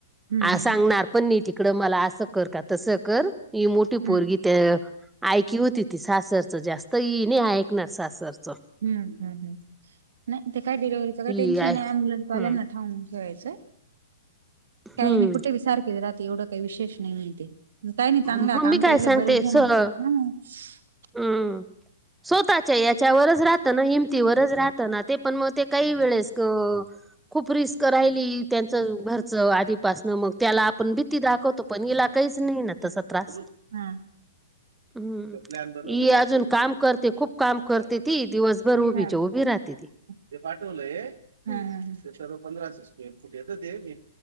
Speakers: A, on the right; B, in the centre.
A: हम्म
B: आ
A: हम्म
B: सांगणार.
A: हम्म.
B: पण नाही तिकड मला असं कर का तसं कर, ही मोठी
A: हम्म
B: पोरगी ते आयकी होती. ती सासरचं जास्त, हि नाही ऐकणार सासरंच.
A: हम्म- हम्म, नाही ते काय डिलेव्हीचं काही
B: ही
A: टेन्शन
B: आहे.
A: ये ते अम्ब्युलनसवाल्यांना
B: हम्म
A: सागून ठेवायचं ये. काई
B: हम्म.
A: नाही कुठेही सारखेच राहते एवढं काही विशेष नाये ते. काही नाही चांगलं
B: मग
A: आता
B: मी
A: आमच्या
B: काय
A: इथले
B: सांगते
A: बरेच जण
B: स
A: <inaudible>
B: हम्म स्वतःच्या याच्यावरच राहत ना हिमतीवरच राहत. ना ते पण मग ते काही वेळेस अ. खूप रिस्क राहिली त्यांचं घरचं <inaudible> मग त्याला आपण भीती दाखवतो पण याला काहीच नाही ना. तसा
A: काकलून
B: त्रास.
A: हा.
B: हम्म.
A: तो प्लॅन बनवलेला
B: ही अजून
A: <inaudible>
B: काम करते, खूप काम करते
A: दारात
B: ती दिवसभर उभीच्या
A: हा.
B: उभी राहते ती.
A: ते पाठवलंय हा
B: हम्म.
A: हा. ते सर्व पंधराशे स्क्वेअर फुट येतं ते मी